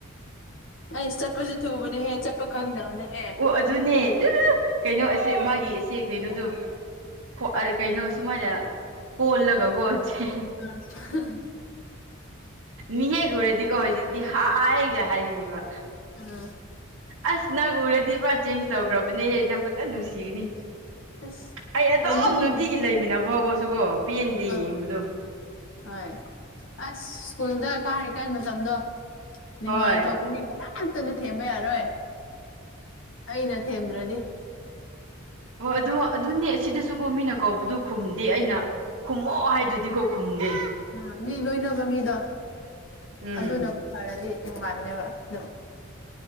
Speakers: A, on the left; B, on the right.
A: ꯑꯩ ꯆꯠꯄꯁꯨ ꯊꯨꯕꯅꯦꯍꯦ ꯆꯠꯄ ꯈꯪꯗꯕꯅꯦꯍꯦ
B: ꯑꯣ ꯑꯗꯨꯅꯦ ꯀꯩꯅꯣ ꯑꯁꯦ ꯃꯥꯒꯤ ꯏꯆꯦ ꯀꯩꯅꯣꯗꯣ ꯑ ꯀꯩꯅꯣ ꯁꯨꯃꯥꯏꯅ ꯀꯣꯜꯂꯒꯀꯣ ꯆ
A: ꯎꯝ
B: ꯃꯤꯍꯦꯛ ꯎꯔꯗꯤꯀꯣ ꯍꯧꯖꯤꯛꯇꯤ ꯍꯥꯏꯒ ꯍꯥꯏꯈꯤꯅꯦꯕ
A: ꯑꯥ
B: ꯑꯁ ꯅꯪ ꯎꯔꯗꯤ ꯄꯨꯥ ꯆꯦꯟꯖ ꯇꯧꯈ꯭ꯔꯕꯅꯦꯍꯦ ꯅꯪ ꯐꯖꯅ ꯅꯨꯡꯁꯤꯒꯅꯤ
A: ꯑꯁ
B: ꯑꯩ ꯑꯗꯨꯝ
A: ꯎꯅꯤꯡꯉꯤꯅꯦ
B: ꯅꯨꯡꯇꯤꯒꯤ ꯂꯩꯃꯤꯟꯅꯕ ꯐꯥꯎꯕꯁꯨꯀꯣ ꯄꯦꯟꯗꯦ
A: ꯑꯥ
B: ꯌꯦꯡꯕꯗꯣ
A: ꯍꯣꯏ ꯑꯁ ꯁ꯭ꯀꯨꯜꯗ ꯀꯥꯔꯤ ꯀꯥꯟ ꯃꯇꯝꯗꯣ ꯅꯨꯡꯉꯥꯏ
B: ꯍꯣꯏ
A: ꯇꯧꯕꯅꯤ ꯀꯅꯥꯝꯇꯨꯅ ꯊꯦꯝꯕ ꯌꯥꯔꯣꯏ ꯑꯩꯅ ꯊꯦꯝꯗ꯭ꯔꯗꯤ
B: ꯍꯣꯏ ꯑꯗꯨꯣ ꯑꯗꯨꯅꯦ ꯁꯤꯗꯁꯨꯀꯣ ꯃꯤꯅ ꯀꯧꯕꯗꯨ ꯈꯨꯝꯗꯦ ꯑꯩꯅ ꯈꯨꯝꯃꯛꯑꯣ ꯍꯥꯏꯗ꯭ꯔꯗꯤꯀꯣ ꯈꯨꯝꯗꯦ
A: ꯑ ꯃꯤ ꯂꯣꯏꯅꯕ ꯃꯤꯗꯣ
B: ꯎꯝ
A: ꯑꯗꯨꯅ ꯐꯔꯗꯤ ꯑꯩ ꯅꯨꯡꯉꯥꯏꯕꯅꯦꯕ ꯑꯗꯨꯝ